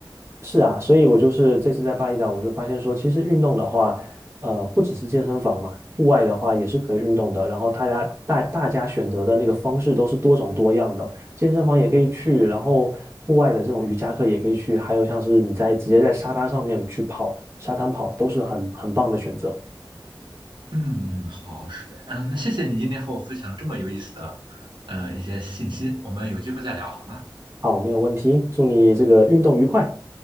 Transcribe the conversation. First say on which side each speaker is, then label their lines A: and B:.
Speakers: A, on the right; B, on the right.
A: 是啊，所以我就是这次在巴厘岛，我就发现说，其实运动的话，呃，不只是健身房嘛，户外的话也是可以运动的。然后大家大大家选择的那个方式都是多种多样的，健身房也可以去，然后户外的这种瑜伽课也可以去，还有像是你在直接在沙滩上面去跑，沙滩跑都是很很棒的选择。
B: 嗯，嗯好，是的，嗯，那谢谢你今天和我分享了这么有意思的呃一些信息，我们有机会再聊好吗？
A: 好，没有问题，祝你这个运动愉快。